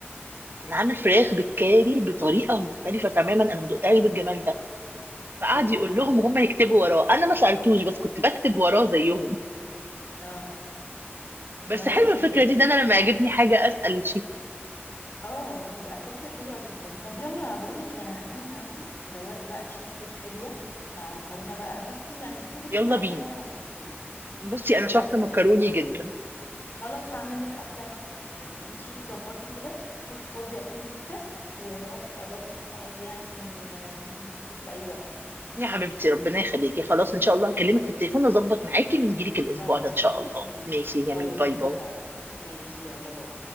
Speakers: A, on the right; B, on the left.
A: كان عامل فراخ بالكاري بطريقة مختلفة تمامًا أنا ما دُقتهاش بالجمال ده، فقعد
B: واو
A: يقول
B: ما انا
A: لهم
B: بقول
A: وهُم
B: لك
A: يكتبوا وراه، أنا ما سألتوش بس كنت باكتب وراه زيّهم.
B: اه
A: بس
B: ما انا بقول
A: حلوة
B: لك
A: الفكرة
B: ال...
A: دي إن أنا لمّا يعجبني حاجة أسأل الchef،
B: اه بتبقى فكره حلوه جدا طب يلا بقول لك يعني هعزمك عندي ادوقك بقى تشيز كيك حلوه مع مكرونه بقى بصي يعني اطلبي اللي
A: يالّا
B: انت عايزاه
A: بينا.
B: وانا هطبخه لك
A: بُصّي أنا
B: لو
A: شخص مكروني
B: كده
A: جدًا.
B: خلاص هعمل لك احلى باستا في الدنيا انت شوفي ظبطي كده شوفي فاضيه امتى وهاتي الاولاد وتعالي يعني انا بيتي مفتوح لك في اي وقت
A: يا حبيبتي ربنا يخليكي خلاص ان شاء الله هكلمك في التليفون اظبط معاكي ونجيلك الاسبوع
B: خلاص
A: ده ان شاء الله
B: ماشي
A: ماشي جميل
B: خلاص
A: باي
B: اتفقنا
A: باي
B: ماشي يلا باي